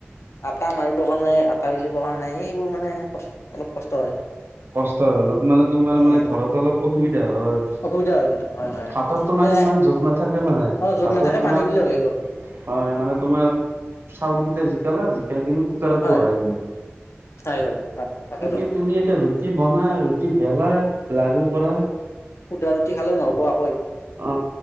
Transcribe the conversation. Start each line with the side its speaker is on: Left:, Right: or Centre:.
Left: আটা মাৰিবৰ কাৰণে আট কাৱেলী পহাৰ নাই এইবোৰ মানে কচ্ অলপ কষ্ট হয়।
Right: কষ্ট হলত মানে তোমাৰ
Left: উম
Right: মানে ঘৰত অলপ অসুবিধা হয়।
Left: অসুবিধা হয় কিন্তু হয় হয়
Right: ভাতত তোমাৰ
Left: মানে
Right: সিমান যোত নাথাকে মানে
Left: অ য'ত
Right: ভাতত
Left: নাথাকে
Right: তোমাৰ।
Left: পানী দিলে হৈ গ'ল
Right: হয় মানে তোমাৰ চাউলকেটা যি শিকালা জিকাই কিনি কুকাৰত
Left: হয়
Right: বহাই দিলা
Left: খাই গ'ল ভাত তাকেতো
Right: এ তুমি এতিয়া ৰু ৰুটি বনা ৰুটি বেলা লাৰু কৰা।
Left: হোদা ৰুটি খালেও নহব আ
Right: অ